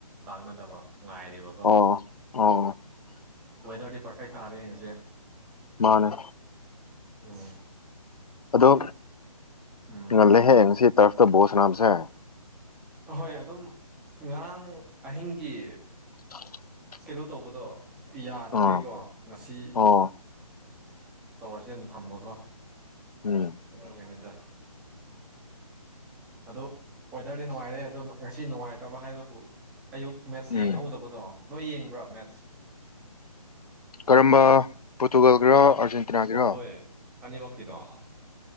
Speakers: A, in the centre; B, on the left.
A: ꯂꯥꯛꯅꯗꯕ ꯉꯥꯏꯔꯤꯕꯀꯣ
B: ꯑꯣ ꯑꯣ
A: ꯎꯝ ꯋꯦꯗꯔꯗꯤ ꯄꯥꯔꯐꯦꯛ ꯇꯥꯔꯦꯍꯦ ꯉꯁꯤ
B: ꯃꯥꯅꯦ
A: ꯎꯝ
B: ꯑꯗꯣ
A: ꯎꯝ
B: ꯉꯜꯂꯦꯍꯦ ꯉꯁꯤ ꯇ꯭ꯔꯞꯇ ꯕꯣꯜ ꯁꯟꯅꯕꯁꯦ
A: ꯍꯣꯏ ꯑꯗꯨꯝ ꯉꯔꯥꯡ ꯑꯍꯤꯡꯒꯤ
B: <inaudible>
A: ꯁꯦꯗꯨꯜ ꯇꯧꯕꯗꯣ ꯌꯥꯗꯕꯩꯒꯤꯀꯣ
B: ꯑꯥ
A: ꯉꯁꯤ
B: ꯑꯣ
A: ꯇꯧꯔꯁꯦꯅ ꯊꯝꯕꯀꯣ
B: ꯎꯝ
A: ꯑꯗꯨꯒꯤꯅꯤꯗ ꯑꯗꯣ ꯋꯦꯗꯔꯗꯤ ꯅꯨꯡꯉꯥꯏꯔꯦ ꯑꯗꯣ ꯉꯁꯤ ꯅꯨꯡꯉꯥꯏꯇꯕ ꯍꯥꯏꯕꯕꯨ ꯑꯌꯨꯛ ꯃꯦꯠꯁ
B: ꯎꯝ
A: ꯌꯦꯡꯍꯧꯗꯕꯗꯣ ꯅꯣꯏ ꯌꯦꯡꯕ꯭ꯔꯥ ꯃꯦꯠꯁ
B: ꯀꯔꯝꯕ ꯄꯣꯔꯇꯨꯒꯜꯒꯤꯔꯥ ꯑꯥꯔꯖꯦꯟꯇꯤꯅꯥꯒꯤꯔꯥ
A: ꯄꯣꯠ ꯍꯣꯏ ꯑꯅꯤꯃꯛꯀꯤꯗꯣ <unintelligible>